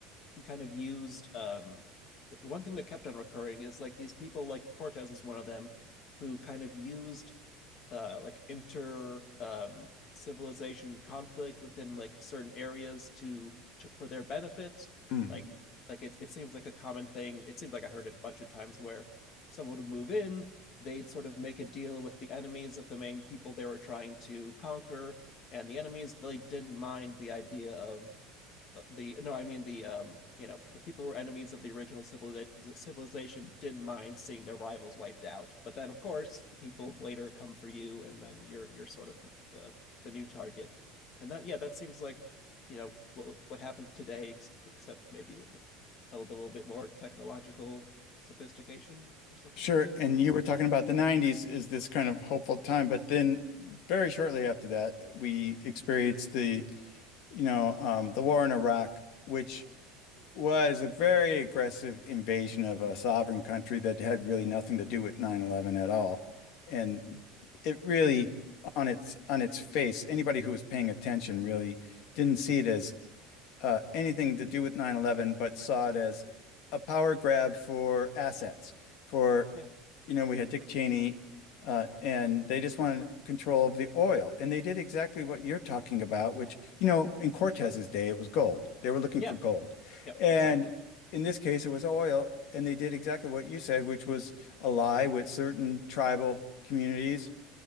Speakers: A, on the left; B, on the left.
A: he kind of used um, one thing that kept on recurring is like these people like Cortez is one of them who kind of used uh, like inter um, civilization conflict within like certain areas to, to for their benefit.
B: Mm.
A: Like like it it seems like a common thing. It seems like I heard it a bunch of times where someone would move in, they'd sort of make a deal with the enemies of the main people they were trying to conquer, and the enemies really didn't mind the idea of uh, the no, I mean the um, you know, the people who were enemies of the original civiliza- civilization didn't mind seeing their rivals wiped out. But then, of course, the people later come for you, and then you're you're sort of the the, the new target. And that yeah, that seems like you know what what happens today, ex- except maybe with a a little bit more technological sophistication or something
B: Sure.
A: like that.
B: And you were talking about the 90s is this kind of hopeful time, but then very shortly after that, we experienced the you know, um, the war in Iraq, which was a very aggressive invasion of a sovereign country that had really nothing to do with nine eleven at all. And it really, on its on its face, anybody who was paying attention really didn't see it as uh, anything to do with nine eleven, but saw it as a power grab for assets, for
A: Yeah.
B: you know, we had Dick Cheney, uh, and they just wanted control of the oil. And they did exactly what you're talking about, which, you know, in Cortez's day, it was gold. They were looking
A: Yeah.
B: for gold.
A: yeah,
B: And
A: Exactly.
B: in this case, it was oil. And they did exactly what you said, which was ally with certain tribal communities